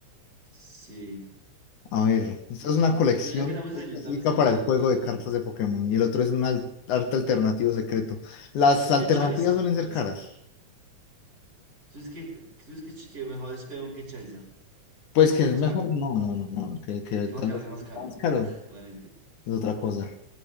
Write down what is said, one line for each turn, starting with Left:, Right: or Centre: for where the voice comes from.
Right: Sí.
Left: A ver, esta es una colección
Right: Yo diría que tal vez
Left: específica
Right: el, tal vez el,
Left: para
Right: el,
Left: el juego
Right: el-
Left: de cartas de Pokémon y el otro es un al- arte alternativo secreto. Las
Right: Yo creo
Left: alternativas
Right: que Charizard
Left: suelen
Right: puede
Left: ser caras.
Right: ser. Tú dices que, tú dices que, ch- que mejor es Speon que Charizard.
Left: Pues que
Right: que
Left: es
Right: es más
Left: mejor,
Right: caro?
Left: no, no, no, no, que, que
Right: ¿Qué
Left: tal
Right: más caro?
Left: vez
Right: ¿Qué más
Left: está
Right: caro?
Left: más caro
Right: <laughs> Obviamente.
Left: es otra cosa.